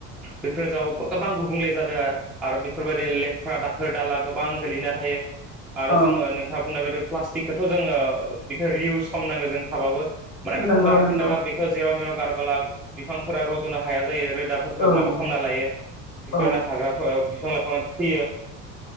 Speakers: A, in the centre; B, on the left (about 75°).
A: बेफोर ज गोबां गुबुंले जादों आरो बेफोरबायदि लेथ्रा दाखोर दाला गोबां गोलैना थायो आरो
B: औ
A: जोंङो नोंथाङा बुंनाय बायदि प्लास्टिकोनि खोथा थ' जोंङो बेखौ रिउस खालामनांगौ जों थाबाबो माने बेखौ
B: नंगौ
A: गारफिननाङा
B: नंगौ
A: बेखौ जेराव मेराव गारबोला बिफांफोरा रज'नो हाया जायो। हदाफोरखौ
B: औ
A: माबा खालामना लायो बेफोरनो
B: औ
A: हाग्रा बिफां लाइफांआ थैयो।